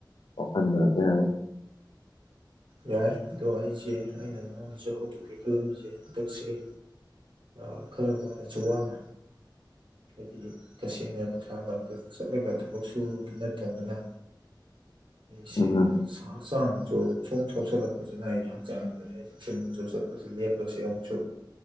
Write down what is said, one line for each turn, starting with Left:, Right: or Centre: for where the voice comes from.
Left: ꯋꯥꯈꯜꯗꯨ ꯍꯥꯏꯐꯦꯠ ꯍꯥꯏꯔꯛꯑꯣ
Right: ꯌꯥꯏ ꯑꯗꯣ ꯑꯩꯁꯦ ꯑꯩꯅ ꯅꯉꯣꯟꯗꯁꯨ ꯍꯧꯗꯣꯛꯀꯦ ꯈꯂꯝꯃꯤꯁꯦ <unintelligible> ꯑ ꯈꯔ ꯋꯥꯔꯁꯨ ꯋꯥꯅ ꯍꯥꯏꯗꯤ ꯇꯁꯦꯡꯅ ꯅꯨꯡꯁꯥ ꯃꯔꯛꯇ ꯆꯠꯂꯒ ꯊꯕꯛ ꯁꯨꯕꯃꯛꯇꯤ ꯅꯠꯇꯕꯅꯤꯅ ꯑꯩꯁꯦ
Left: ꯎꯝ
Right: ꯍꯛꯆꯥꯡꯖꯨ ꯁꯨꯝ ꯁꯣꯛꯁꯜꯂꯛꯄꯖꯤꯅ ꯑꯩꯖꯦ ꯍꯛꯆꯥꯡꯁꯦ ꯑꯩ ꯖꯤꯝꯖꯨ ꯆꯠ ꯂꯦꯞꯄꯁ ꯑꯃꯨꯛꯁꯨ